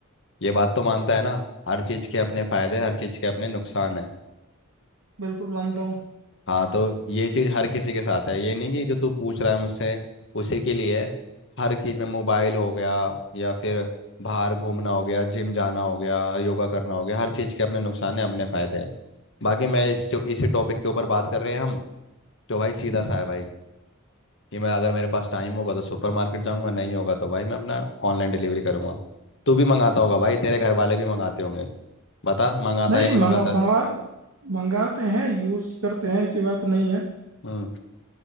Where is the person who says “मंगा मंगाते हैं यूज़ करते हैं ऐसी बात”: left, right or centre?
Right